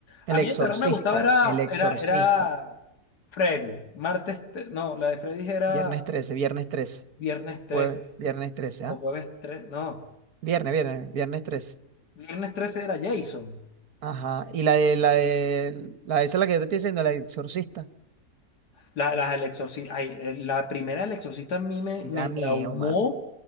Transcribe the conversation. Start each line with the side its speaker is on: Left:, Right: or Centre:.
Left: A
Right: El Exorcista,
Left: mí el terror me gustaba, era,
Right: El Exorcista.
Left: era, era Freddy. Martes, te- no, la de Freddy era
Right: Viernes trece viernes 13,
Left: viernes 13
Right: jueves, viernes trece ¿ah?
Left: o jueves 13, no,
Right: Viernes, viernes, viernes 13.
Left: viernes 13 era Jason.
Right: Ajá. Y la de, la de, la de esa es la que yo te estoy diciendo, la de Exorcista.
Left: La, las del Exorcista, ay, eh, la primera del Exorcista a mí
Right: Sí
Left: me, me
Right: da miedo,
Left: traumó,
Right: man.